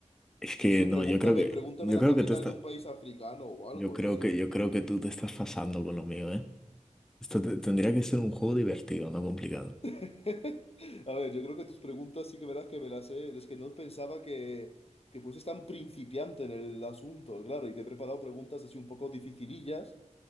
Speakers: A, in the centre; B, on the left.
A: Es que
B: No sé,
A: no,
B: pregúntame,
A: yo creo que,
B: pregúntame
A: yo
B: la
A: creo
B: capital
A: que tú estás,
B: de un país africano o algo,
A: yo creo
B: no sé.
A: que, yo creo que tú te estás pasando con lo mío, ¿eh? Esto te- tendría que ser un juego divertido, no complicado.
B: <laughs> A ver, yo creo que tus preguntas sí que verás que me las sé. Es que no pensaba que, que fueses tan principiante en el asunto, claro. Y te he preparado preguntas así un poco dificilillas.